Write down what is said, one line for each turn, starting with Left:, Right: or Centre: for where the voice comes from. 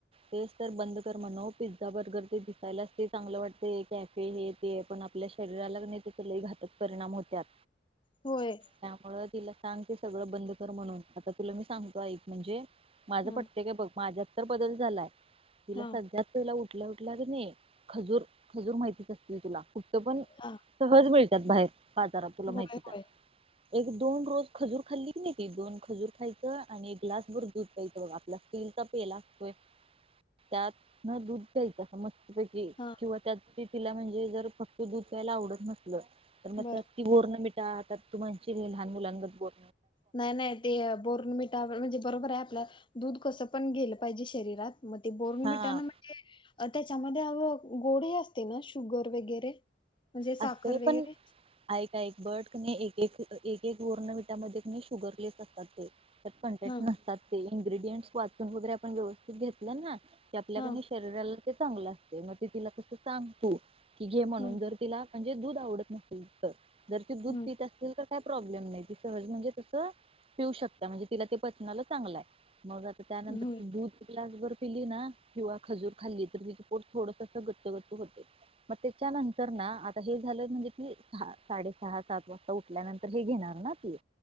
Right: तेच तर बंद कर म्हण पिझ्झा बर्गर ते दिसायलाच ते चांगलं वाटत कॅफे हे ते पण आपल्या शरीराला नाही ते सग घातक परिणाम होत्यात
Left: होय
Right: त्यामुळं दिलं सांग ते सगळं बंद कर म्हणून आता तुला मी सांगतो एक म्हणजे माझं
Left: हा
Right: पटते काय बघ माझ्या बदल झालाय तिला
Left: हा
Right: सध्याच तुला उठल्या उठल्या कणी खजूर खजूर माहितीच असतील तुला कुटपण
Left: हा
Right: सहज भे च्यात बाहेर बाजरात तुला
Left: होय
Right: माहितीच
Left: होय
Right: एक दोन रोज खजूर खाल्ली की नाही दोन खजूर खायचं आणि ग्लास भर दुध प्यायचं आपला स्टीलचा पला असतोय त्यात न दूध प्यायच मस्तीपैकी
Left: हा
Right: किंवा त्या तिला म्हणजे जर फक् दुध प्यायला आवडत नस मग
Left: बर
Right: त्यात ती बॉर्नविटा त्या तू म्हणशील हे लहान मुलांगत बोल
Left: नाही नाही ते बोर्नविटा म्हणजे बरोबर आहे आपल दूध कसं पण गेलं पाहिजे शरीरात मग ते बोर्न
Right: हा
Left: विटा ना म्हणजे त्याच्यामध्ये गोडे असते ना शुगर वगैरे म्हणजे साखर
Right: असते
Left: वगैरे
Right: पण एक एक बट कणी एक एक एक एक बॉर्नविठामध्ये शुगर लेस असतात ते कन्टेन्ट
Left: हा
Right: नसतात ते इनग्रेडियंटस वाचून वगैरे आपण व्यवस्थित घेतलं ना क आपल्याकनी
Left: हा
Right: शरीराला ते चांगलं ते मग ते तिला तसं सांग तु की घे म्हणून
Left: हम्म
Right: जर तिला म्हणजे दूध आवडत नसेल तर जर ते दूध
Left: हम्म
Right: पत असतील तर काय प्रॉब्लेम नाही त सहज म्हणजे तस पिऊ शकता म्हणजे तिला ते पचनाला चांगलं आहे मग आता त्यानंतर
Left: होय
Right: त दूध ग्लासभर पीली ना किंवा खजूर खाल्ली तर तर थोड गच्च गच्च होते मग त्याच्यानंतर ना हे झालं म्हणजे ती सहा साडे सहा सात वाजता उठल्यानंतर हे घेणार ना ती